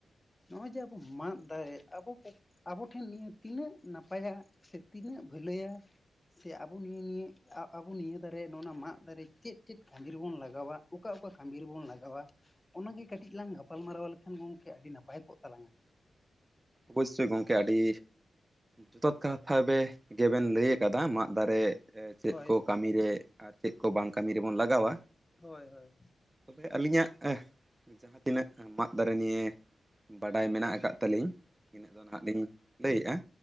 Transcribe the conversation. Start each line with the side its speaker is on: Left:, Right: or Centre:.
Left: ᱱᱚᱜ-ᱚᱭ ᱡᱮ ᱟᱵᱚ ᱢᱟᱫ ᱫᱟᱨᱮ ᱟᱵᱚ ᱯᱚᱠᱼᱼ ᱟᱵᱚ ᱴᱷᱮᱱ ᱱᱤᱭᱟᱹ ᱛᱤᱱᱟᱹᱜ ᱱᱟᱯᱟᱭᱟᱜ, ᱥᱮ ᱛᱤᱱᱟᱹᱜ ᱵᱷᱟᱹᱞᱟᱹᱭᱟᱼᱼ ᱥᱮ ᱟᱵᱚ ᱱᱤᱭᱟᱹ-ᱱᱤᱭᱟᱹ ᱟᱵᱚ ᱱᱤᱭᱟᱹ ᱫᱟᱨᱮ ᱱᱚᱜ-ᱚ ᱱᱚᱣᱟ ᱢᱟᱫ ᱫᱟᱨᱮ ᱪᱮᱫ-ᱪᱮᱫ ᱠᱟᱹᱢᱤ ᱨᱮᱵᱚᱱ ᱞᱟᱜᱟᱣᱟ? ᱚᱠᱟ ᱚᱠᱟ ᱠᱟᱹᱢᱤ ᱨᱮᱵᱚᱱ ᱞᱟᱜᱟᱣᱟ? ᱚᱱᱟᱜᱮ ᱠᱟᱹᱴᱤᱡ ᱞᱟᱝ ᱜᱟᱯᱟᱞᱢᱟᱨᱟᱣ ᱞᱮᱠᱷᱟᱱ ᱜᱚᱝᱠᱮ ᱟᱹᱰᱤ ᱱᱟᱯᱟᱭᱼᱼ ᱯᱟᱭ ᱠᱚᱜ ᱛᱟᱞᱟᱝᱟ᱾
Right: ᱳᱵᱚᱥᱥᱳᱭ ᱜᱚᱝᱠᱮ ᱟᱹᱰᱤᱼᱼ ᱡᱚᱛᱷᱟᱛ ᱠᱟᱛᱷᱟ ᱵᱮ ᱜᱮᱵᱮᱱ ᱞᱟᱹᱭ ᱟᱠᱟᱫᱟ ᱢᱟᱫ ᱫᱟᱨᱮᱼᱼ ᱪᱮᱫ
Left: ᱦᱳᱭ
Right: ᱠᱚ ᱠᱟᱹᱢᱤᱨᱮ ᱟᱨ ᱪᱮᱫ ᱠᱚ ᱵᱟᱝ ᱠᱟᱹᱢᱤ ᱨᱮᱵᱚᱱ ᱞᱟᱜᱟᱣᱟ᱾
Left: ᱦᱚᱭ-ᱦᱚᱭ
Right: ᱛᱚᱵᱮ ᱟᱹᱞᱤᱧᱟᱜ ᱮᱸᱦᱼᱼ ᱡᱟᱦᱟᱸ ᱛᱤᱱᱟᱹᱜ ᱢᱟᱫ ᱫᱟᱨᱮ ᱱᱤᱭᱮ ᱵᱟᱰᱟᱭ ᱢᱮᱱᱟᱜ ᱟᱠᱟᱫ ᱛᱟᱹᱞᱤᱧᱼᱼ ᱤᱱᱟᱹᱜ ᱫᱚᱦᱟᱸᱜ ᱞᱤᱧ ᱞᱟᱹᱭᱮᱜ-ᱟ᱾